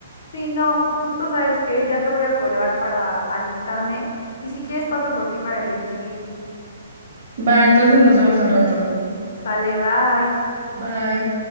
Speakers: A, on the left (about 55°); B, on the right (about 55°).
A: Sí, no, justo sabes que ya te voy a colgar para alistarme y si quieres paso por ti para el HIV.
B: Va, entonces nos vemos al rato.
A: Sale, bye.
B: Bye.